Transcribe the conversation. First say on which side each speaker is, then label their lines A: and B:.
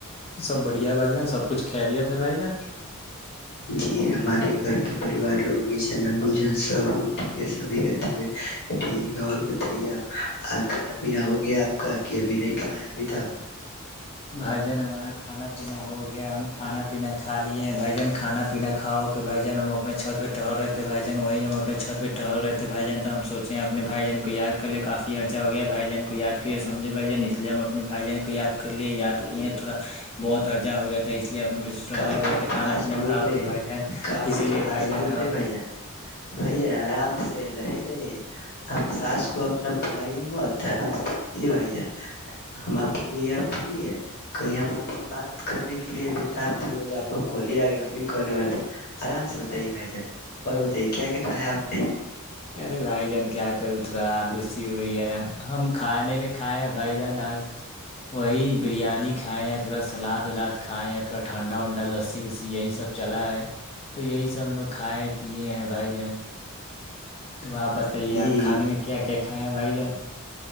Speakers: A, on the left; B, on the left.
A: سب بڑھیا ب جائ سب کچھ خیریت ہے بھائی جان
B: جی ہمارے گھر کے پریوار لوگ بھی بوجن سب لوگ ٹھیک ہے سبھی کرتے ٹھیک ہے اور بتائیے آپ کھانا پینا ہو گیا آپ کا کہ ابھی نہیں کھاائے ہے ابھی تک
A: بھائی جان ہمارا کانا پینا ہو گیا ہم کانا پینا کھ لیے ہیں بھائی جان کھانا پینا کھاؤ کے بھائی جان ہم اپنے چھت پہ ٹہر رہے تھے بھائی جان وہی ہم اپنے چھت پہ ٹہر رہے بھائی جان تو ہم سوچے ہیں اپنے بھائی جن کو یاد کر لے کافی ارچا ہو گیا بھائی جن کو یاد کرے سجھے بھائی جان اس لیے ہم اپنے بھائی جن کو یا تو لیے یاد کیے تھوڑا بہت ارجہ ہو گیا تھا اس لیے اپن ٹہل
B: کافی
A: رہے تھے
B: فاسٹ
A: کھانا پینا
B: بول
A: کھا
B: رہے
A: کے بھائی جان
B: کافی
A: اسی لیے
B: فاسٹ
A: بھائی جان
B: بول
A: ہم
B: رہے بھائی جان بھائی جان آرام سے لے لے آپ ساس کو اپنا بلائی م آرام سے بات کیجے بھائی جان ہم آپ کے لیے اب فری ہے کہیں ہم آپ سے بات کرنے
A: اپنے
B: کے لیے وہی آپ کو کول آگیا ہم بھی کرنے والے تھے آرام سے بتائیے بھائی جان اور بتائیے کیا کیا کھایا آپ نے
A: ارے بھائی جان کیا کروں تھوڑا آدوسی ہو گئی ہے نا ہم کھانے میں کھائے ہیں بھائی جان آج وہی بریانی کھائے ہیں تھوڑا سلاد الاد کھائے ہیں تھوڑا ٹھنڈا ونڈا لسی وسی یہی سب چلا ہے تو یہی سب لوگ کھائے پیے ہیں بھائی جان تو آپ بتائیے
B: جی
A: آپ کھانے میں کیا کیا کھائےیں ہیں بھائی جان